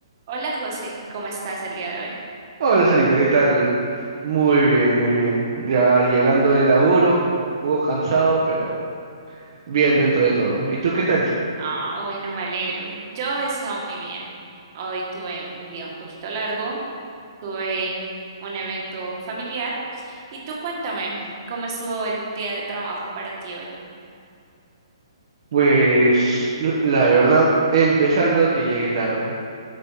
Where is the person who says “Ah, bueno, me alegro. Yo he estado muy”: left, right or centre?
Right